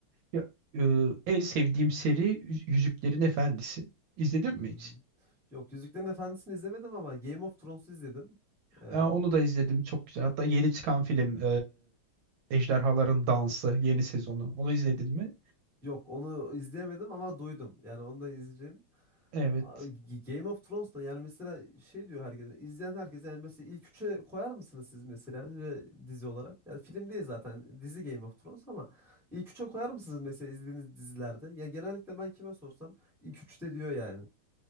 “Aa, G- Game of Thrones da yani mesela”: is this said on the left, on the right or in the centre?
Centre